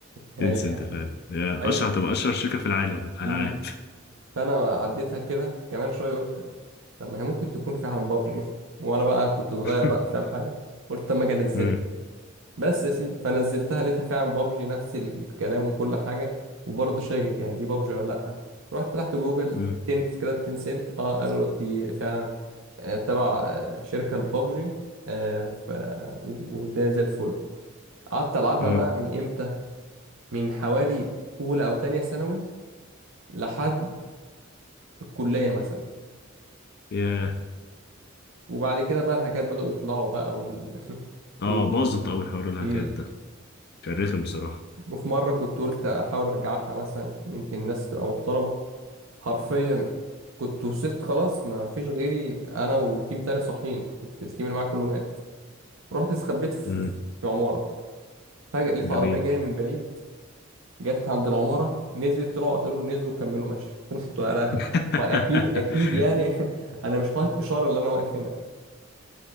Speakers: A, on the right; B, on the left.
A: يعني
B: تنسى أنت فعلا يا
A: عايز-
B: أشهر تبقى أشهر شركة في العالم ألعاب
A: امم فأنا عديتها كده كمان شوية قلت طب ما هي ممكن تكون فعلا بابجي وأنا بقى كنت صغير
B: <laughs>
A: بقى مش فاهم حاجة قلت أما أجي أنزلها
B: مم.
A: بس يا سيدي فنزلتها لقيتها فعلا بابجي نفس الكلام وكل حاجة وبرضه شاكك يعني دي بابجي ولا لأ رحت فتحت جوجل
B: مم.
A: تنس كده تنسنت اه قالوا دي فعلا آه، تبع آه، شركة البابجي آه، ف و- والدنيا زي الفل قعدت ألعبها
B: مم.
A: بقى من إمتى؟ من حوالي أولى أو تانية ثانوي لحد الكلية مثلا
B: ياه
A: وبعد كده بقى الحاجات بدأوا يطلعوا بقى وال... <laughs>
B: اه
A: وال...
B: باظت أوي حوار الهاكات
A: مم.
B: ده كان رخم بصراحة
A: وفي مرة كنت قلت أحاول أرجعها مثلا يمكن الناس تبقى محترمة حرفيا كنت وصلت خلاص ما فيش غيري أنا وتيم تاني صاحيين كنت التيم اللي معايا كله مات رحت استخبيت في
B: امم
A: في عمارة فجأة لقيت
B: جميل
A: عربية جاية من بعيد جت عند العمارة نزلت طلعوا قفلوه نزلوا كملوا ماشي <laughs> قلت انا
B: <laughs>
A: ما اكيد اكيد يعني <laughs> انا مش حاطط اشارة اللي انا واقف هنا